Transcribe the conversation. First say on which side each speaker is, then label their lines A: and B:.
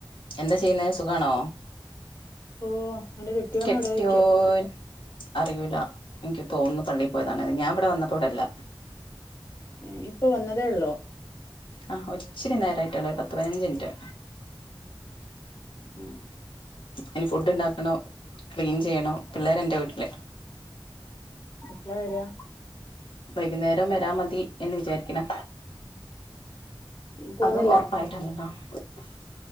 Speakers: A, on the left (about 75°); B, on the left (about 30°).
A: എന്താ ചെയ്യുന്നത് സുഖാണോ
B: ഓ അന്റെ കെട്ടിയോനെവിടെ
A: കെട്ടിയോൻ
B: ചോയ്ക്ക
A: അറിയൂല എനിക്ക് തോന്നുന്നു പള്ളീപ്പോയതാണന്ന് ഞാൻ ഇവിടെ വന്നപ്പോടെല്ല
B: ഏ ഇപ്പോ വന്നതേ ഒള്ളോ
A: ആഹ് ഒരിച്ചരി നേരായിട്ടൊള്ളു ഒരു പത്ത് പതിനഞ്ച്ഇൻറ്റ്
B: അഹ്
A: ഇനി ഫുഡ് ഉണ്ടാക്കണം ക്ലീൻ ചെയ്യണം പിള്ളേര് എൻ്റെ വീട്ടില്
B: എപ്പളാ വെരാ
A: വൈകുന്നേരം വരാ മതി എന്ന് വിചാരിക്ണ്
B: പോന്നില്ലേ
A: അതും ഒറപ്പായി <unintelligible>